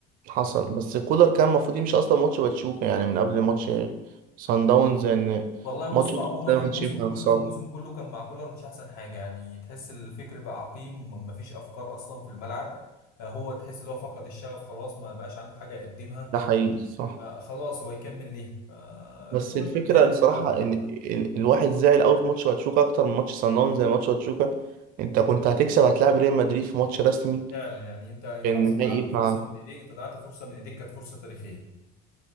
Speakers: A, on the right (about 55°); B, on the left (about 55°).
A: حصل بس كولر كان المفروض يمشي اصلا ماتش باتشوكا يعني من قبل ماتش سان داونز يعني
B: والله
A: ماتش
B: بصوا
A: باتشوكا
B: عموما
A: ده ما
B: الموسم
A: كانش ينفع
B: كله
A: نخسره
B: الموسم كله كان مع كولر مش احسن حاجه يعني تحس الفكر بقى عقيم مفيش افكار اصلا في الملعب آه، هو تحس ان هو فقد الشغف خلاص ما بقاش عنده حاجه يقدمها
A: ده حقيقي صح
B: آه، خلاص هو يكمل ليه فالمهم
A: بس الفكره
B: انت تجدد
A: الصراحه
B: بقى
A: ان ال- الواحد زعل قوي في ماتش باتشوكا اكتر من ماتش سان داونز زي ماتش باتشوكا انت كنت هتكسب هتلاعب ريال مدريد في ماتش رسمي
B: فعلا يعني انت انت
A: كان
B: اصلا ضيعت
A: نهائي
B: فرصه
A: ف-
B: من ايديك انت ضيعت فرصه من ايديك كانت فرصه تاريخيه